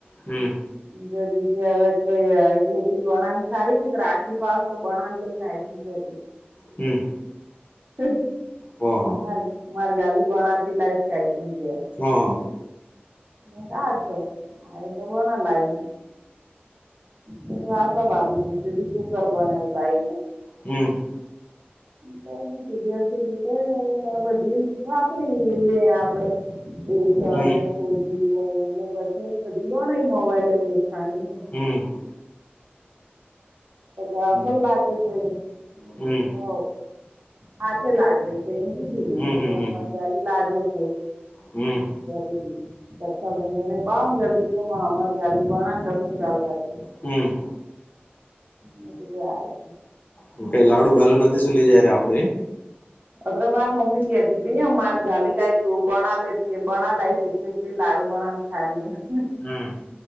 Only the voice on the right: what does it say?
બા બી કેટ કે એ એટલી વણાણ સારી છે આખી પાસ તો વણાણ લઈને આ જતી તી.
<unintelligible>
માર મારગાલી બણાતી લાય સ્ઈકિંગ છે.
ને સાથ છો <unintelligible> લાયગી તો આશા ભાભી પૂછતી કુકર બનાવીને લાગી.
તો મે તે દિવસથી રીતે તો બધી વાપરી લેઈએ આપડે બેસો
એટલે શોધીને લઈએ ને પછી બધું બનાઇ ના મોબાઈલે દુકાને ની.
તો
<unintelligible> લાગે કે નહીં તમે
કીધુ હોવ આ છે લાગ્રે છે એમ કીધું
તો
એમ <unintelligible> ગલી લાગો છો. હામ.
જરૂરી રક્ષાબંધન એ પામ જો <unintelligible> અમારી જાલીપાણા ની ડબ્બામાં ઘાલ લાવજો.
ને પહેલું <unintelligible>
અત્ર માર મમી કેતી હતી મારે ગાલે કા બના લેતી બના લાય એટલી એટલી લાડુ બના હરી હા.